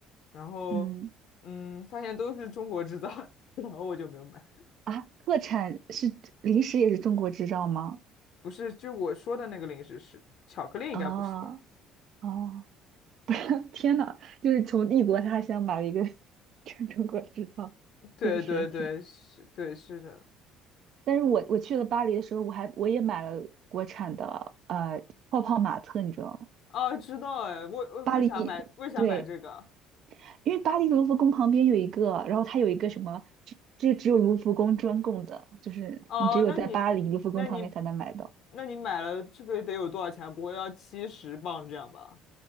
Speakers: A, on the left (about 65°); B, on the right (about 60°).
A: 然后
B: <laughs> 嗯
A: 嗯，发现都是中国制造的 <laughs> 然后我就没有买。
B: 啊，特产是零食也是中国制造吗？
A: 不是，就我说的那个零食是巧克力，应该不是吧？
B: 哦哦，<laughs> 不是，天呐，就是从异国他乡买了一个 <laughs> 中国制造，
A: 对对对，
B: 确实挺。
A: 是，对是的。
B: 但是我我去了巴黎的时候，我还我也买了国产的呃泡泡玛特，你知道吗？
A: 哦，知道哎，为为为啥买为啥买这个？
B: 巴黎，对，因为巴黎卢浮宫旁边有一个，然后它有一个什么，这这只有卢浮宫专供的，就是你只有在巴黎卢浮宫旁边才能买到。
A: 哦，那你那你那你买了，这个得有多少钱？不会要七十磅这样吧？